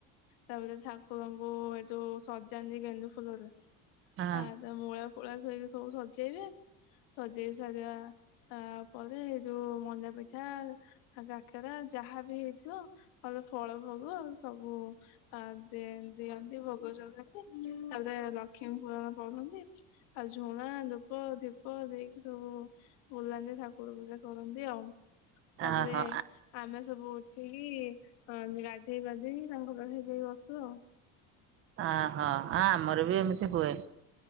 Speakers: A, on the left; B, on the right.
A: ତାପରେ ଠାକୁରଙ୍କୁ ହେଠୁ ସଜାନ୍ତି ଗେଣ୍ଡୁ ଫୁଲରେ।
B: ହଁ
A: ଆ ତା ମୂଳା ଫୂଳା ଥୋଇକି ସବୁ ସଜେଇବେ। ସଜେଇ ସାରିବା ଆ ପରେ ଏ ଯୋଉ ମଣ୍ଡା ପିଠା ଆଉ କାକରା ଯାହାବ ହେଇଥିବ ତାହଲେ ଫଳ ଭୋଗ ସବୁ ଆ ଦିଅନ୍ତି ଭୋଗ ଜଳନ୍ତି ତାପରେ ରଖିବାକୁ ପ ପଡୁନି। ଆଉ ଝୁଣା ଧୂପ ଧୀପ ଦେଇକି ସବୁ ବୁଲାନ୍ତି ଠାକୁର ପୂଜା କରନ୍ତି ଆଉ ତାପରେ
B: ଓହୋ
A: ଆମେ ସବୁଠିକ କି ଗାଧେଇ ଫାଧେଇ ତାଙ୍କ ବେଳେ ଯାଇ ବସୁ ଆଉ।
B: ଆ ଅ ଆମର ବି ଏମିତି ହୁଏ।